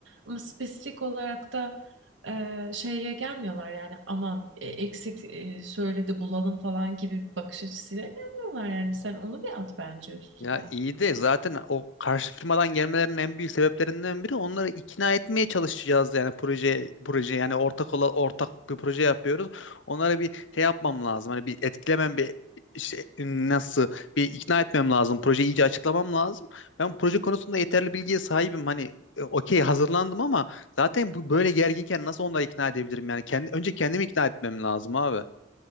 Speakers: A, on the right; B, on the left.
A: ama spesifik olarak da e, şeye gelmiyorlar yani aman e, eksik e, söyledi bulalım falan gibi bir bakış açısıyla gelmiyorlar yani sen onu bir at bence üstünden.
B: Ya iyi de zaten o karşı firmadan gelmelerinin en büyük sebeplerinden biri onları ikna etmeye çalışacağız yani proje proje yani ortak ola, ortak bir proje yapıyoruz. Onlara bir şey yapmam lazım. Hani bir etkilemem bir şey nasıl bir ikna etmem lazım. Projeyi iyice açıklamam lazım. Ben proje konusunda yeterli bilgiye sahibim. Hani e, okey hazırlandım ama zaten bu böyle gerginken nasıl onları ikna edebilirim yani kendi önce kendimi ikna etmem lazım abi.